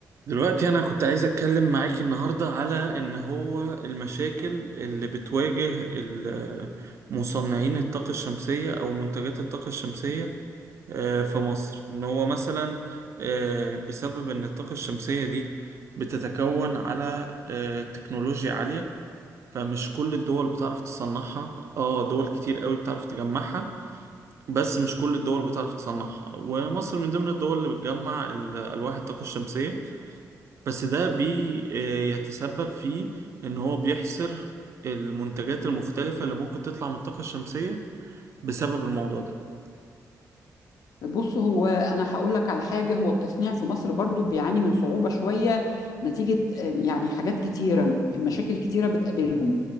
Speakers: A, on the right (about 50°); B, on the left (about 70°).
A: دلوقتي أنا كنت عايز أتكلم معاكي النهاردة على إن هو المشاكل اللي بتواجه ال- مصنعين الطاقة الشمسية أو منتجات الطاقة الشمسية آه، في مصر إن هو مثلا آه، بسبب إن الطاقة الشمسية دي بتتكون على آه، تكنولوجيا عالية فمش كل الدول بتعرف تصنعها اه دول كتير قوي بتعرف تجمعها بس مش كل الدول بتعرف تصنعها ومصر من ضمن الدول اللي بتجمع ال- ألواح الطاقة الشمسية بس ده بيتسبب في ان هو بيحصر المنتجات المختلفة اللي ممكن تطلع من الطاقة الشمسية بسبب الموضوع ده
B: بص هو انا هقول لك على حاجه هو التصنيع في مصر برضو بيعاني من صعوبه شويه نتيجه آه، يعني حاجات كتيره مشاكل كتيره بتقابلهم